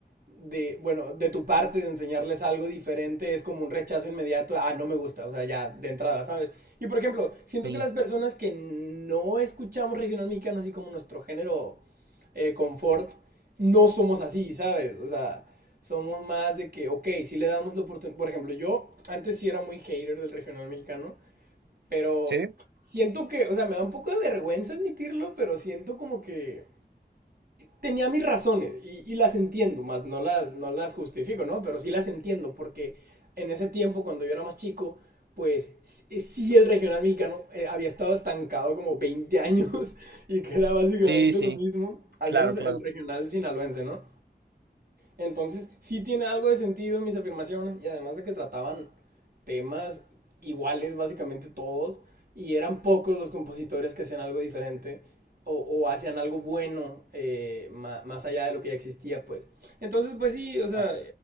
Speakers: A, on the right; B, on the right.
A: de, bueno, de tu parte de enseñarles algo diferente es como un rechazo inmediato, ah, no me gusta, o sea, ya de entrada, ¿sabes? Y por ejemplo, siento
B: Sí,
A: que las personas que no escuchamos regional mexicano así como nuestro género eh, confort, no somos así, ¿sabes? O sea, somos más de que, ok, si le damos la oportunidad. Por ejemplo, yo antes sí era muy hater del regional mexicano, pero
B: sí,
A: siento que, o sea, me da un poco de vergüenza admitirlo, pero siento como que tenía mis razones y, y las entiendo, más no las, no las justifico, ¿no? Pero sí las entiendo porque en ese tiempo, cuando yo era más chico, pues eh, sí el regional mexicano eh, había estado estancado como 20 años <laughs> y que era básicamente
B: sí, sí,
A: lo mismo, al
B: claro,
A: menos
B: claro.
A: el regional sinaloense, ¿no? Entonces, sí tiene algo de sentido mis afirmaciones y además de que trataban temas iguales básicamente todos y eran pocos los compositores que hacían algo diferente o, o hacían algo bueno eh, ma- más allá de lo que ya existía, pues. Entonces, pues sí, o sea,
B: Ah,